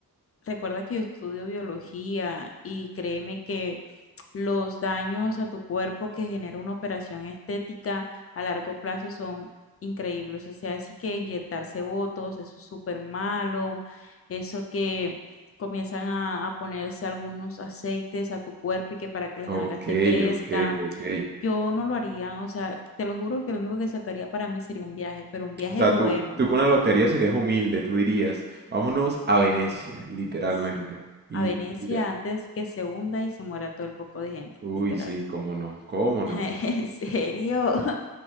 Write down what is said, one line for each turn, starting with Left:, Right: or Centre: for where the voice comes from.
Left: recuerda que yo estudio biología y créeme que los daños a tu cuerpo que genera una operación estética a largo plazo son increíbles. O sea, así que inyectarse botox, eso es súper malo. Eso que comienzan a, a ponerse algunos aceites a tu cuerpo y que para que las nalgas
Right: Ok,
Left: te crezcan.
Right: ok, ok.
Left: Yo no lo haría, o sea, te lo juro que lo único que sacaría para mí sería un viaje, pero un viaje
Right: O sea,
Left: bueno
Right: tú, tú con la lotería serías humilde, tú dirías, vámonos a Venecia, literalmente.
Left: Sí.
Right: Y
Left: a Venecia
Right: mira,
Left: antes que se hunda y se muera todo el poco de gente,
Right: uy,
Left: literal.
Right: sí, cómo no, cómo no.
Left: <laughs> En serio, <laughs>